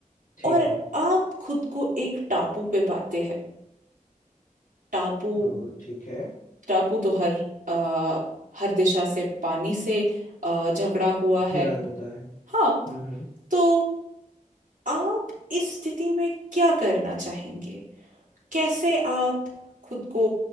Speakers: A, on the left; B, on the right.
A: ठीक
B: और
A: है
B: आप खुद को एक टापू पे पाते हैं टापू
A: और ठीक है
B: टापू तो हर आ, हर दिशा से पानी से अ, जकड़ा हुआ है
A: घिरा होता है
B: हाँ
A: हम्म हम्म
B: तो आप इस स्थिति में क्या करना चाहेंगे कैसे आप खुद को